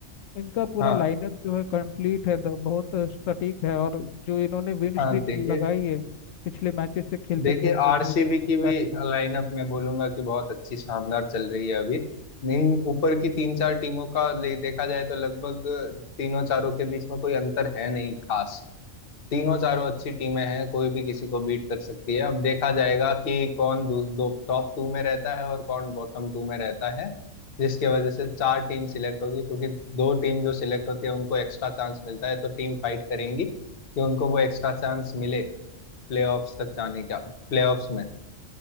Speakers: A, on the left; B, on the left.
A: इनका पूरा
B: हाँ
A: लाइनअप जो है कंप्लीट है द- बहुत सटीक है और जो इन्होंने विन स्ट्रीक
B: हाँ देखिए
A: लगाई है पिछले मैचेस से खेलते
B: देखिए
A: खेलते
B: आरसीबी
A: तो उसका
B: की
A: भी तारीफ
B: भी
A: है
B: लाइनअप मैं बोलूंगा कि बहुत अच्छी शानदार चल रही है अभी इन ऊपर की तीन चार टीमों का ले देखा जाए तो लगभग तीनों चारों के बीच में कोई अंतर है नहीं खास तीनों चारों अच्छी टीमें हैं कोई भी किसी को बीट कर सकती है अब देखा जाएगा कि कौन दो, दो टॉप टू में रहता है और कौन बॉटम टू में रहता है जिसके वजह से चार टीम सिलेक्ट होगी क्योंकि दो टीम जो सिलेक्ट होती है उनको एक्स्ट्रा चांस मिलता है तो टीम फाइट करेंगी कि उनको वो एक्स्ट्रा चांस मिले प्लेऑफ्स तक जाने का प्लेऑफ्स में